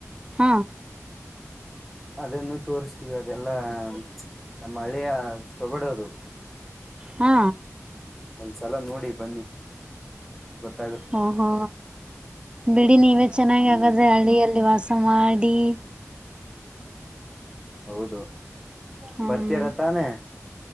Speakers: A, on the right (about 20°); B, in the centre.
A: ಹ
B: ಅದನ್ನು ತೋರಿಸ್ತೀವಿ ಅದೆಲ್ಲಾ ನಮ್ಮ ಹಳಿಯ ಸೊಗಡು ಅದು <inaudible>
A: ಹಾ
B: ಒಂದ್ಸಲ ನೋಡಿ ಬನ್ನಿ ಗೊತ್ತ
A: ಓ ಹೋ ಬಿಡಿ ನೀವೇ ಚೆನ್ನಾಗಿ
B: ಹ್ಮ್
A: ಆಗಾದ್ರೆ ಹಳ್ಳಿಯಲ್ಲಿ ವಾಸ ಮಾಡ ಮಾಡಿ
B: ಹೌದು
A: ಹ್ಮ್
B: ಬರ್ತಾರ ತಾನೆ